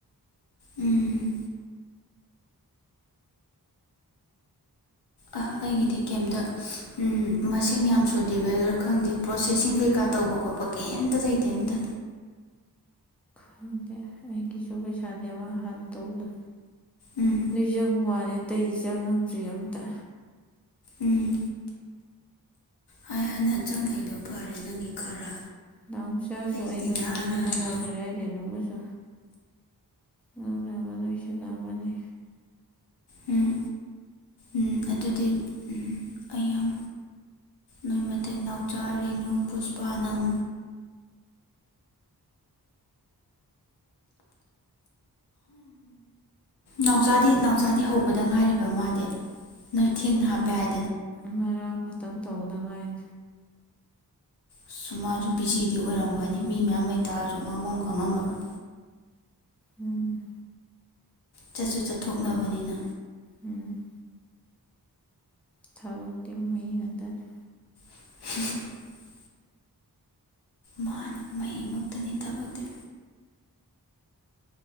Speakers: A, on the left; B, in the centre.
A: ꯎꯝ ꯑ ꯑꯩꯒꯤꯗꯤ ꯀꯦꯝꯝꯇ ꯎ ꯃꯁꯤꯡ ꯌꯥꯝ ꯁꯨꯗ꯭ꯔꯤꯕꯩ ꯈꯔꯥ ꯈꯪꯗꯦ ꯄ꯭ꯔꯣꯁꯦꯁꯤꯡ ꯀꯩꯀꯥ ꯇꯧꯕ ꯈꯣꯠꯄ ꯀꯩꯝꯇ ꯂꯩꯇꯦ ꯑꯝꯇ
B: ꯈꯪꯗꯦ ꯑꯩꯒꯤꯁꯨ ꯄꯩꯁꯥꯅꯦ ꯑꯃ ꯍꯥꯟꯅ ꯇꯧꯕꯗꯣ
A: ꯎꯝ
B: ꯔꯤꯖ ꯍꯨꯃꯦ ꯑꯇꯩ ꯆꯉꯛꯇ꯭ꯔꯤ ꯑꯝꯇ
A: ꯎꯝ ꯍꯥꯏ ꯍꯥꯏꯅ ꯆꯪꯂꯛꯏꯗꯣ ꯐꯔꯦ ꯅꯪꯒꯤ ꯈꯔ
B: ꯅꯥꯎꯆꯥꯥꯁꯨ
A: ꯑꯩꯒꯤꯗꯤ
B: ꯑꯩꯒ
A: ꯅꯍꯥꯟ
B: ꯉꯥꯡꯅꯕ
A: ꯅꯍꯥꯟꯅ
B: ꯂꯣꯏꯈꯔꯦꯅꯨꯕꯨꯁꯨ ꯉꯪꯅ ꯑꯋꯥ <inaudible> <unintelligible> ꯖꯔꯃꯅꯤ
A: ꯎꯝ ꯎꯝ ꯑꯗꯨꯗꯤ ꯎꯝ ꯑꯩ ꯌꯥꯝ ꯅꯣꯏ ꯃꯊꯩ ꯅꯥꯎꯆꯥ ꯔꯦꯅꯨ ꯄꯨꯁꯄꯥ ꯅꯪ ꯅꯥꯎꯆꯥꯥꯗꯤ ꯅꯥꯎꯆꯥꯥꯗꯤ ꯍꯧꯕꯗ ꯉꯥꯏꯔꯤꯕ ꯃꯥꯗꯤ ꯅꯣꯏ ꯊꯦꯡꯅ ꯍꯥꯞꯄꯦ ꯍꯥꯏ
B: ꯉꯔꯥꯡ ꯈꯛꯇꯪ ꯇꯧꯕꯗ ꯉꯥꯏꯔꯤ
A: ꯑꯁ ꯃꯥꯁꯨ ꯕꯤꯖꯤꯗꯤ ꯑꯣꯏꯔꯝꯒꯅꯤ ꯃꯤ ꯃꯌꯥꯝ ꯂꯩꯇꯥꯔꯁꯨ ꯉꯥꯡꯚꯝ ꯈꯪꯉꯝꯃꯔꯣꯏ
B: ꯎꯝ
A: ꯆꯠꯁꯨ ꯆꯠꯊꯣꯛꯅꯕꯅꯤꯅ
B: ꯎꯝ ꯊꯕꯛꯇꯤ ꯃꯩ ꯉꯥꯛꯇꯅꯤ
A: <inaudible> ꯃꯥꯅꯤ ꯃꯩꯃꯛꯇꯅꯤ ꯊꯕꯛꯇꯤ